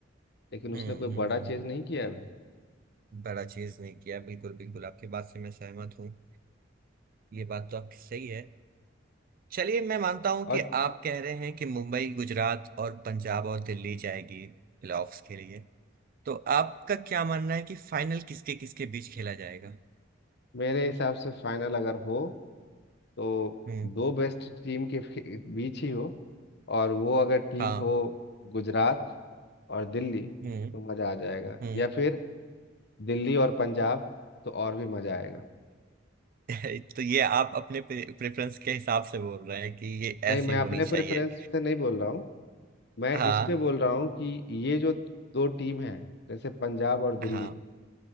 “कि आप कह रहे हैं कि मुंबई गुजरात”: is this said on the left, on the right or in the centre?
Right